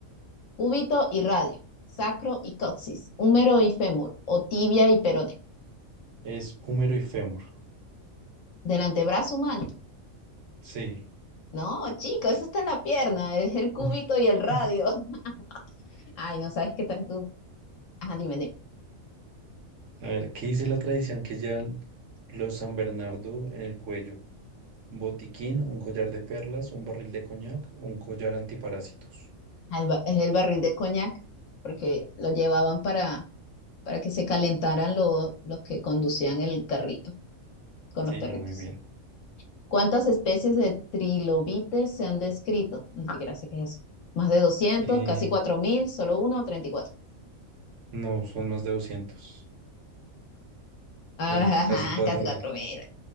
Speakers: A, on the left; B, on the right.
A: cúbito y radio, sacro y coxis, húmero y fémur, o tibia y peroné.
B: Es húmero y fémur.
A: Del antebrazo humano.
B: Sí.
A: No, chico, eso está en la pierna, es el cúbito
B: <laughs>
A: y el radio.
B: Uf.
A: <laughs> Ay, no sabes qué tanto Ajá, dime, dime.
B: A ver, ¿qué dice la tradición que llevan los San Bernardo en el cuello? Un botiquín, un collar de perlas, un barril de coñac, un collar antiparásitos.
A: Ah, el ba- Es el barril de coñac, porque lo llevaban para, para que se calentaran los, los que conducían el carrito con
B: Sí,
A: los perritos.
B: muy bien.
A: ¿Cuántas especies de trilobites se han descrito? Ni siquiera sé qué es eso. Más de 200,
B: Eh,
A: casi 4.000 solo una o treinta y cuatro
B: no, son más de doscientos
A: ajá,
B: Bueno, casi cuatro
A: casi cuatro
B: mil.
A: mil